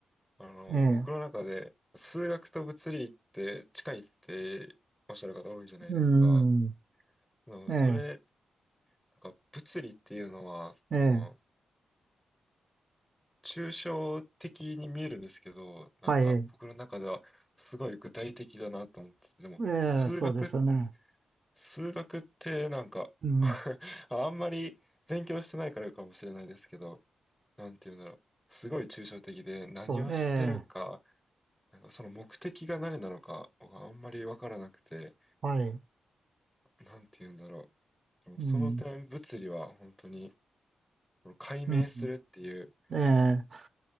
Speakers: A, in the centre; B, on the right (about 50°).
A: う。あの、
B: ええ。
A: 僕の中で、数学と物理って近いっておっしゃる方多いじゃないですか。
B: うん。
A: でもそれ、
B: ええ。
A: なんか物理っていうのは、
B: ええ。
A: この、抽象的に見えるんですけど、なんか僕の中ではすごい具体的だなと思ってて、
B: はい。え
A: でも数学、
B: え、そうですよね。
A: 数学ってなんか
B: うん。
A: <laughs> あんまり勉強してないからかもしれないですけど、なんて言うんだろう。すごい抽象的で何をしてるんか、
B: そう、ええ。
A: なんかその目的が何なのかがあんまりわからなくて、
B: はい。
A: なんて言うんだろう。でもその点物理は本当に
B: うん。
A: この解明するっていう
B: うん。ええ。